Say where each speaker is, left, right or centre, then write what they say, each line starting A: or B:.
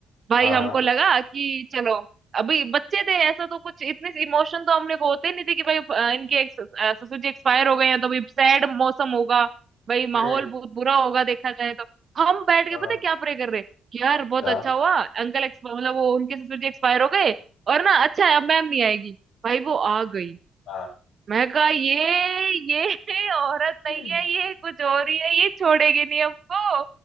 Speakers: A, on the right (about 45°); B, on the left (about 80°).
A: भाई
B: हाँ
A: हमको
B: हाँ
A: लगा कि चलो अभी बच्चे थे ऐसा तो कुछ इतने इमोशन तो हमने को होते ही नहीं थे कि भाई अ, इनके ex- अ, ससुर जी एक्सपायर हो गए हैं तो भी सैड मौसम होगा भाई
B: हम्म
A: माहौल बहुत बुरा होगा देखा जाए तो हम बैठ
B: हाँ
A: के पता है क्या प्रे कर रहे कि यार बहुत
B: क्या?
A: अच्छा हुआ अंकल एक्स मतलब वो उनके ससुर जी एक्सपायर हो गए और ना अच्छा है अब मैम नहीं आएगी भाई वो आ गई
B: हाँ
A: मैं कहा ये ये <laughs> औरत
B: हम्म,
A: नहीं है ये कुछ और ही है ये छोड़ेगी नहीं हमको